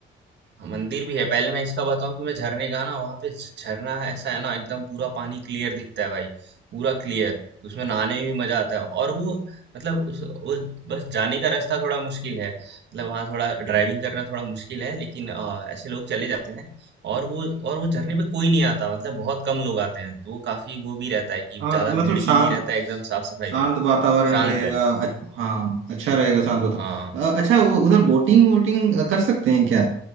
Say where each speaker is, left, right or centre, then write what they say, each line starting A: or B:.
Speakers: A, on the right; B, on the right.
A: हाँ, मंदिर भी है पहले मैं इसका बताऊं तुम्हें झरने का ना वहां पे झ- झरना है ऐसा है ना एकदम पूरा पानी क्लियर दिखता है भाई पूरा क्लियर तो उसमें नहाने में भी मजा आता है और वो मतलब उस वो बस जाने का रास्ता थोड़ा मुश्किल है मतलब वहाँ थोड़ा ड्राइविंग करना थोड़ा मुश्किल है लेकिन अ, ऐसे लोग चले जाते हैं और वो और वो झरने में कोई नहीं आता मतलब बहुत कम लोग आते हैं तो वो काफी वो भी रहता है कि
B: हाँ
A: ज्यादा
B: मतलब
A: भीड़ भी
B: शांत
A: नहीं रहता है एकदम साफ सफाई
B: शांत
A: भी रहती
B: वातावरण
A: है, शांत
B: रहेगा
A: है
B: अच, हाँ अच्छा रहेगा शांत वातावरण
A: हाँ
B: अ, अच्छा वो उधर बोटिंग वोटिंग कर सकते हैं क्या